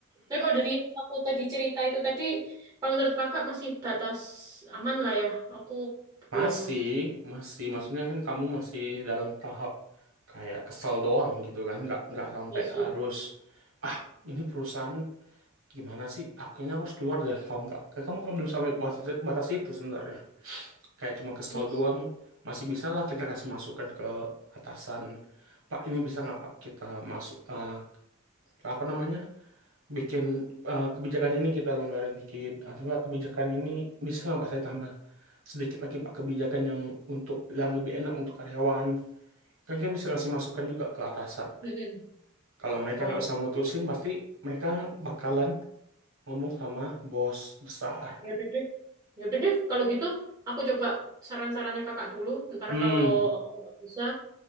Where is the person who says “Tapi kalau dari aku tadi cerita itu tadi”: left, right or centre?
Right